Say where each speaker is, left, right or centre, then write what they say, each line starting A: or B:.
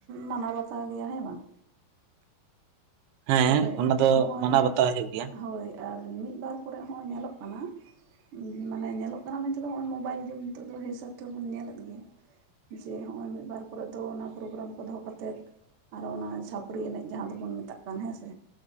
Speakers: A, on the right; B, on the right.
A: ᱢᱟᱱᱟᱣ ᱵᱟᱛᱟᱣ ᱜᱮᱭᱟ ᱦᱮᱸ ᱵᱟᱝ
B: ᱦᱮᱸ
A: ᱛᱚᱵᱮ
B: ᱚᱱᱟ ᱫᱚ
A: ᱦᱚᱸᱜᱼᱚᱭ
B: ᱢᱟᱱᱟᱣ ᱵᱟᱛᱟᱣ ᱦᱩᱭᱩᱜ ᱜᱮᱭᱟ
A: ᱦᱳᱭ ᱟᱨ ᱢᱤᱫᱵᱟᱨ ᱯᱚᱨᱮ ᱦᱚᱸᱜᱼ ᱧᱮᱞᱚᱜ ᱠᱟᱱᱟ ᱢᱟᱱᱮ ᱧᱮᱞᱚᱜ ᱠᱟᱱᱟ ᱢᱮᱱ ᱛᱮᱫᱚ ᱱᱚᱜᱼᱚᱭ ᱢᱳᱵᱟᱭᱤᱞ ᱡᱩᱜᱽ ᱱᱤᱛᱚᱜ ᱫᱚ ᱦᱤᱥᱟᱹᱵ ᱛᱮᱵᱚᱱ ᱧᱮᱞᱮᱫ ᱜᱮᱭᱟ ᱡᱮ ᱱᱚᱜᱼᱚᱭ ᱢᱤᱫᱵᱟᱨ ᱠᱚᱨᱮ ᱫᱚ ᱚᱱᱟ ᱯᱨᱳᱜᱨᱟᱢ ᱠᱚ ᱫᱚᱦᱚ ᱠᱟᱛᱮᱫ ᱟᱨᱚ ᱚᱱᱟ ᱪᱷᱟᱹᱯᱚᱨᱤ ᱮᱱᱮᱡᱽ ᱡᱟᱦᱟᱸ ᱫᱚᱵᱚᱱ ᱢᱮᱛᱟᱜ ᱦᱮᱸ ᱥᱮ